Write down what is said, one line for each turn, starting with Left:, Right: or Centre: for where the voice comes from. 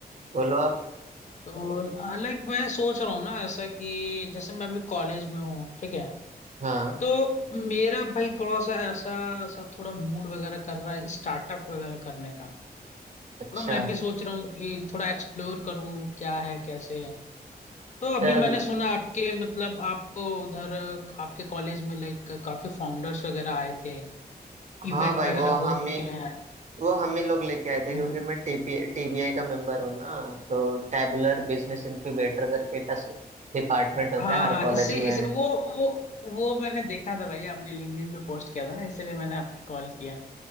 Right: बोलो आप
Left: तो लाइक मैं सोच रहा हूँ ना ऐसा कि जैसे मैं अभी कॉलेज में हूँ ठीक है
Right: हाँ
Left: तो मेरा भाई थोड़ा सा ऐसा सब थोड़ा मूड वगैरह कर रहा है स्टार्टअप वगैरह करने का
Right: अच्छा
Left: थोड़ा मैं भी सोच रहा हूँ कि थोड़ा एक्सप्लोर करूँ क्या है कैसे है तो अभी
Right: अब,
Left: मैंने सुना आपके मतलब आप उधर आपके कॉलेज में लाइक काफी फाउंडर्स वगैरह आए थे
Right: हाँ
Left: इवेंट
Right: भाई
Left: वगैरह
Right: वो
Left: हो
Right: हम
Left: चुके
Right: ही
Left: हैं
Right: वो हम ही लोग लेके आए थे
Left: हम्म।
Right: क्योंकि मैं टीपी टीबीआई का मेंबर हूँ ना तो टैबुलर बिजनेस इनक्यूबेटर करके का डिपार्टमेंट होता
Left: हाँ
Right: है हर
Left: हाँ
Right: कॉलेज
Left: इससे
Right: में
Left: इस वो वो वो मैंने देखा था भाई आपने लिंक्डइन पे पोस्ट किया था ना इसलिए मैंने आपको कॉल किया